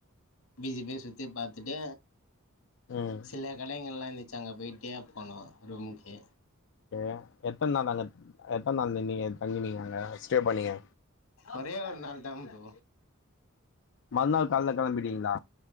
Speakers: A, on the left (about 80°); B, on the left (about 60°).
A: பிசி பே சுத்தி பாத்துட்டு
B: ம்
A: சில கடைகள்லாம் லிச்சாங்க வெட்டியா போனும் ரூம்க்கு
B: ஏய்யா எத்தன நாள் அங்க எத்த நாள் நின்னிங்க தங்கனீங்க எங்காட ஸ்டே பண்ணீங்க
A: ஒரே ஒரு நாள் தான் ஃப்ரோ
B: மறுநாள் கால்ல கிளம்பிட்டீங்களா